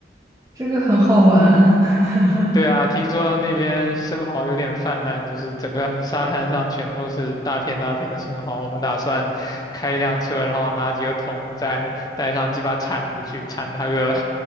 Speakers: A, on the right; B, on the left.
A: 这个很好玩啊。
B: 对啊，
A: <laughs>
B: 听说那边生蚝有点泛滥，就是整个沙滩上全都是大片大片的生蚝。我们打算开一辆车，然后拿几个桶，再带上几把铲子去铲它个